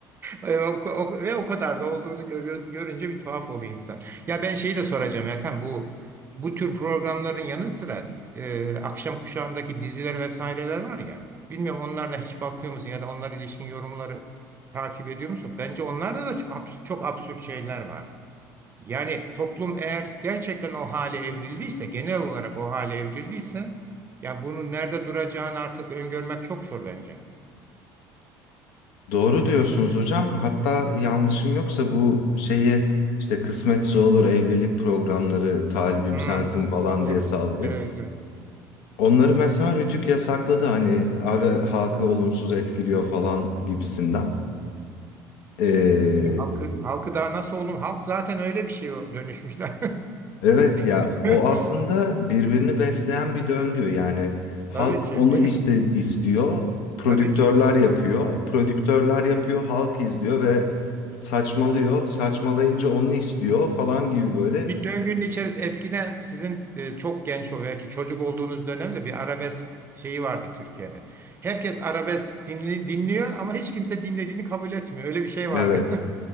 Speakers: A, on the right; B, on the left.
A: <laughs> e, o- o- ve o kadar da olduğunu görüyor, görünce bir tuhaf oluyor insan. Ya ben şeyi de soracağım Erkan bu bu tür programların yanı sıra e, akşam kuşağındaki diziler vesaireler var ya. Bilmiyorum onlardan hiç bakıyor musun ya da onlara ilişkin yorumları takip ediyor musun? Bence onlarda da çok, abs- çok absürt şeyler var. Yani toplum eğer gerçekten o hale evrildiyse, genel olarak o hale evrildiyse, ya bunun nerede duracağını artık öngörmek çok zor bence.
B: Doğru diyorsunuz hocam. Hatta yanlışım yoksa bu şeyi işte kısmetse olur evlilik programları talibim
A: Hmm,
B: sensin falan
A: doğru.
B: diye sallıyor.
A: Evet, evet.
B: Onları mesela Rütük yasakladı hani abi halkı olumsuz etkiliyor falan gibisinden. Ee,
A: Ya halkı, halkı daha nasıl olun? Halk zaten öyle bir şeye dönüşmüşler.
B: Evet ya
A: <laughs>
B: o aslında birbirini besleyen bir döngü. Yani halk
A: Tabii ki.
B: onu iste, istiyor, prodüktörler
A: <laughs> Tabii ki.
B: yapıyor, prodüktörler yapıyor, halk izliyor ve saçmalıyor. Saçmalayınca onu istiyor falan gibi böyle.
A: Bir döngünün içerisinde eskiden sizin e, çok genç ol belki çocuk olduğunuz dönemde bir arabesk şeyi vardı Türkiye'de. Herkes arabesk dinli, dinliyor ama hiç kimse dinlediğini kabul etmiyor. Öyle bir şey
B: Evet.
A: vardı.